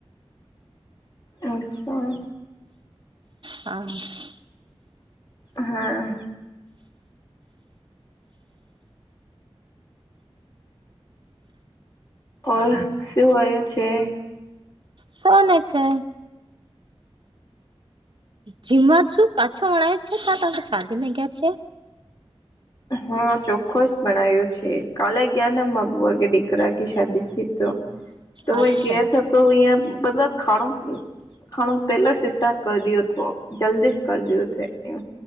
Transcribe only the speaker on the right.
હા.
શુંને છે. ઝીમા છુ કાછો ઓણાય છે ત તં શાદી મેં ગ્યા છે.
આછો